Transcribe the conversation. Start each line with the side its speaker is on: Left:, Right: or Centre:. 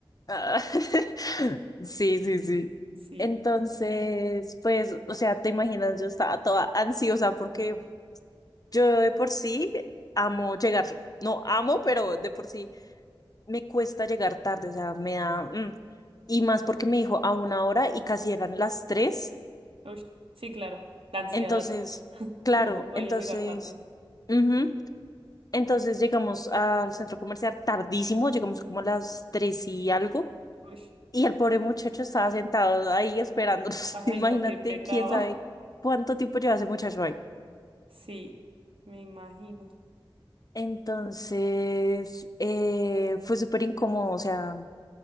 Left: Ah, <laughs> Sí, sí, sí.
Right: Sí,
Left: Entonces, pues, o sea, te imaginas, yo estaba toda ansiosa porque yo de por sí amo llegar. No amo, pero de por sí. me cuesta llegar tarde, o sea, me da... mm. Y más porque me dijo a una hora y casi eran las tres.
Right: uy, sí, claro, la ansiedad.
Left: Entonces,
Right: <laughs>
Left: claro,
Right: Te vo- voy
Left: entonces,
Right: a llegar tarde.
Left: ujú, Entonces llegamos al centro comercial tardísimo, llegamos como a las tres y algo.
Right: Uy.
Left: Y el pobre muchacho estaba sentado ahí esperándonos.
Right: Ay,
Left: <laughs> Imagínate
Right: no, qué pecado.
Left: quién sabe cuánto tiempo lleva ese muchacho ahí.
Right: Sí, me imagino.
Left: Entonces, eh, fue súper incómodo, o sea,